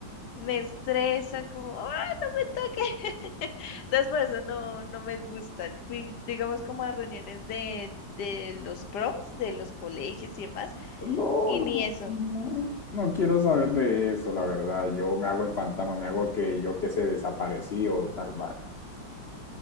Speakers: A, on the left; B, on the left.
A: me estresan, como, ¡ah, no me toques! <laughs> Entonces, por eso no, no me gusta. Fui, digamos, como a reuniones de, de los proms, de los colegios y demás,
B: No,
A: y
B: no,
A: ni eso.
B: no, no quiero saber de eso, la verdad. Yo me hago el fantasma, me hago el que yo que se desaparecí o tal, va.